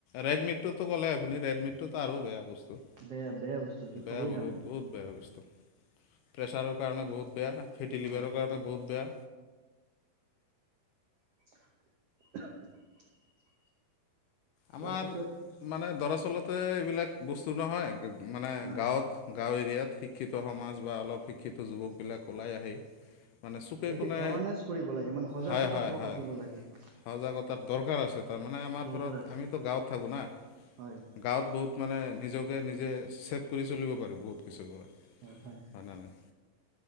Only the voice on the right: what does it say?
বেয়া বেয়া বস্তু এইটো
খাবই
নালাগে।
হয়।
<inaudible>
তাৰপিছত
হয়
এইটো
এৱাৰনেছ কৰিব লাগে মানে সজাগতা
সভা
পাতিব লাগে।
দৰকাৰ
আছে।
হয়।
হম, হম।